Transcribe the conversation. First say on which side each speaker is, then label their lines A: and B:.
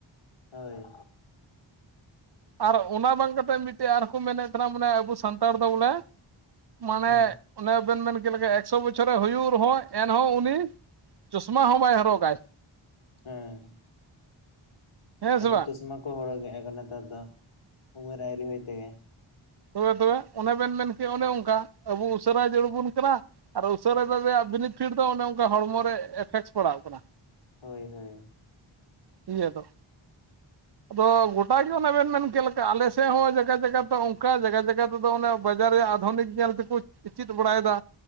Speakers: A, on the left (about 70°); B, on the right (about 50°).
A: ᱦᱚᱭ
B: ᱟᱨ ᱚᱱᱟ ᱵᱟᱝ ᱠᱟᱛᱮᱫ ᱢᱤᱫᱴᱮᱡ ᱟᱨ ᱦᱚᱸ ᱠᱚ ᱢᱮᱱ ᱮᱫ ᱛᱟᱦᱮᱱᱟ ᱢᱟᱱᱮ ᱟᱵᱚ ᱥᱟᱱᱛᱟᱲ ᱫᱚ ᱵᱚᱞᱮ ᱢᱟᱱᱮ
A: ᱦᱩᱸ
B: ᱚᱱᱮ ᱵᱮᱱ ᱢᱮᱱ ᱠᱮᱫ ᱞᱮᱠᱟ ᱮᱠ ᱥᱚ ᱵᱚᱪᱷᱚᱨ ᱮ ᱦᱩᱭᱩᱜ ᱨᱮᱦᱚᱸ ᱮᱱᱦᱚᱸ ᱩᱱᱤ ᱪᱚᱥᱢᱟ ᱦᱚᱸ ᱵᱟᱭ ᱦᱚᱨᱚᱜᱟᱭ᱾
A: ᱦᱮᱸ,
B: ᱦᱮᱸ
A: ᱟ.
B: ᱥᱮ
A: ᱵᱷᱤ
B: ᱵᱟᱝ
A: ᱪᱚᱥᱢᱟ ᱠᱚ ᱦᱚᱨᱚᱜ ᱮ-ᱟ ᱠᱚ ᱱᱮᱛᱟᱨ ᱫᱚ ᱩᱢᱮᱨ ᱟ. ᱣᱨᱤ ᱦᱩᱭ ᱛᱮᱜᱮ,
B: ᱛᱚᱵᱮ ᱛᱚᱵᱮ ᱚᱱᱮ ᱵᱮᱱ ᱢᱮᱱ ᱠᱮᱜ ᱚᱱᱮ ᱚᱱᱠᱟ ᱟᱵᱚ ᱩᱥᱟᱹᱨᱟ ᱡᱟᱹᱨᱩᱲ ᱟᱵᱚᱱ ᱠᱟᱱᱟ, ᱟᱨ ᱩᱥᱟᱹᱨᱟᱭ ᱨᱮᱭᱟᱜ ᱵᱮᱤᱱᱤᱯᱷᱤᱴ ᱫᱚ ᱚᱱᱮ ᱚᱱᱠᱟ ᱦᱚᱲᱢᱚ ᱨᱮ ᱤᱯᱷᱮᱠᱴᱥ ᱯᱟᱲᱟᱣᱜ ᱠᱟᱱᱟ᱾
A: ᱦᱚᱭ ᱦᱚᱭ,
B: ᱤᱭᱟᱹ ᱫᱚ, ᱟᱫᱚ ᱜᱚᱴᱟ ᱜᱮ ᱚᱱᱮ ᱵᱮᱱ ᱢᱮᱱᱠᱮᱫ ᱞᱮᱠᱟ ᱟᱞᱮ ᱥᱮᱫ ᱦᱚᱸ ᱡᱟᱭᱜᱟ ᱡᱟᱭᱜᱟ ᱫᱚ ᱚᱱ....... ᱠᱟ ᱡᱟᱭᱜᱟ ᱡᱟᱭᱜᱟ ᱛᱮᱫᱚ ᱚᱱᱮ ᱵᱟᱡᱟᱨ ᱨᱮᱭᱟᱜ ᱟᱫᱷᱚᱱᱤᱠ ᱧᱮᱞ ᱛᱮᱠᱚ ᱪᱤᱫ ᱵᱟᱲᱟᱭ ᱮᱫᱟ᱾